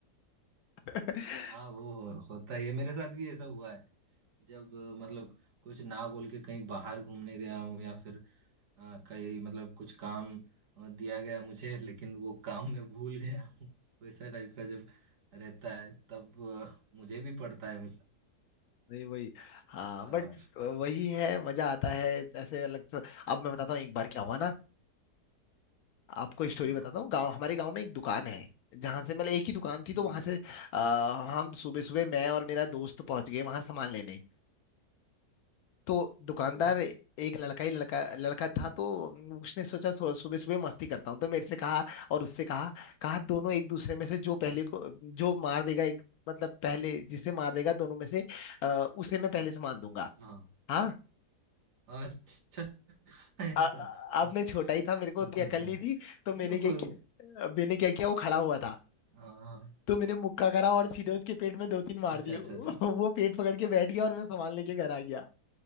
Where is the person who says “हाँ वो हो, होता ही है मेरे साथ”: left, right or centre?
Right